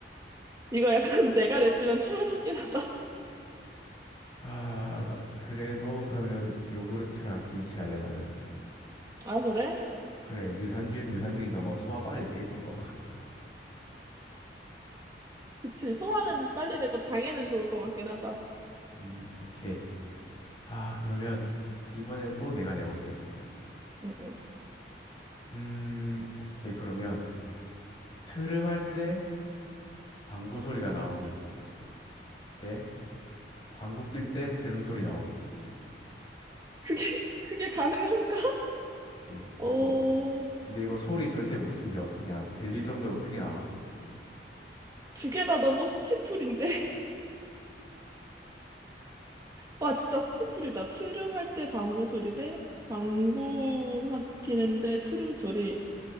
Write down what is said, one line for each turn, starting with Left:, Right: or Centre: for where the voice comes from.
Right: 이거 약간 <laughs> 내가 냈지만 최악이긴 하다.
Left: 아, 그래도 그러면 요구르트랑 김치 할래, 나는.
Right: 아, 그래?
Left: 그래, 유산균, 유산균이니까 뭐 소화 빨리 되겠지, 뭐. <laughs>
Right: 그치. 소화는 빨리 되고 장애는 좋을 것 같긴 하다.
Left: 음, 오케이. 아, 그러면 이번에 또 내가 내볼게.
Right: 응, 응.
Left: 음, 오케이. 그러면 트름 할 때 방구 소리가 나오기 대 방구 낄 때 트름 소리 나오기.
Right: 그게, <laughs> 그게 가능한가?
Left: 그렇지.
Right: 어,
Left: 이거, 근데 이거 소리 절대 못 숨겨. 그냥 들릴 정도로 크게 나와.
Right: 두 개 다 너무 스티플인데. <laughs> 와, 진짜 스티플이다. 트름 할 때 방구 소리 대 방구 하- 끼는데 트름 소리.